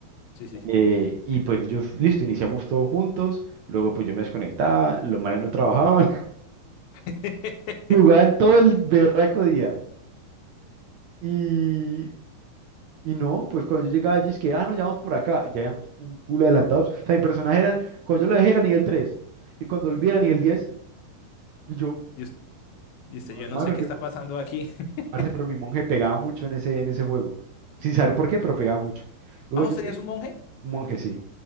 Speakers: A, on the left (about 80°); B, on the right (about 60°).
A: sí, sí, sí.
B: Eh, y pues yo, listo, iniciamos todos juntos. Luego pues yo me desconectaba, los manes no trabajaban.
A: <laughs>
B: Jugaban todo el berraco día. Y, y no, pues cuando yo llegaba allí es que, ah, no, ya vamos por acá. Y ya habían un culo adelantados O sea, mi personaje eran, cuando yo lo dejé era nivel tres Y cuando volví era nivel diez Y yo,
A: Y, us- y usted,
B: y yo,
A: yo
B: hermano,
A: no sé qué
B: que
A: está
B: pues,
A: pasando aquí. <laughs>
B: parce, pero mi monje pegaba mucho en ese, en ese juego. Sin saber por qué, pero pegaba mucho. Luego
A: ¿Ah, vos
B: yo,
A: tenías un monje?
B: un monje, sí.